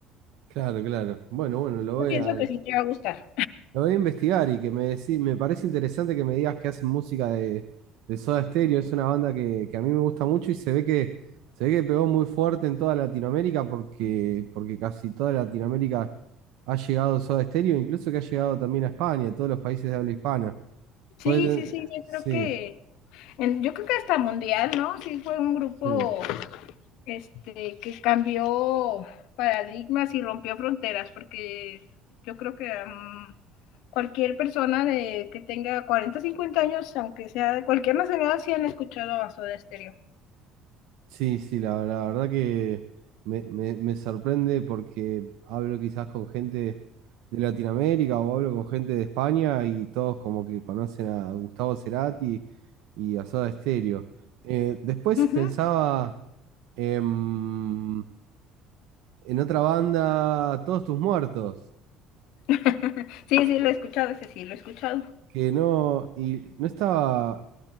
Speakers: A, on the right; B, on the left.
A: claro, claro. Bueno, bueno, lo voy
B: Yo pienso
A: a, lo
B: que sí te va a gustar.
A: voy a investigar y que me decí- me parece interesante que me digas que hacen música de, de Soda Stereo. Es una banda que, que a mí me gusta mucho y se ve que, se ve que pegó muy fuerte en toda Latinoamérica porque, porque casi toda Latinoamérica ha llegado Soda Stereo, incluso que ha llegado también a España, a todos los países de habla hispana. Fue
B: Sí,
A: de-
B: sí, sí, yo
A: sí,
B: creo que, en- yo creo que hasta mundial, ¿no? Sí fue un grupo
A: sí.
B: este, que cambió paradigmas y rompió fronteras, porque yo creo que um, cualquier persona de, que tenga 40 50 años, aunque sea de cualquier nacionalidad, sí han escuchado a Soda Stereo.
A: Sí, sí, la, la verdad que me, me- me sorprende porque hablo quizás con gente de Latinoamérica o hablo con gente de España y todos como que conocen a Gustavo Cerati y a Soda Stereo. Eh, después
B: Uh
A: pensaba
B: -huh.
A: em, en otra banda, Todos tus muertos,
B: <laughs> sí, sí, lo he escuchado, ese sí, lo he escuchado.
A: que no, y no estaba,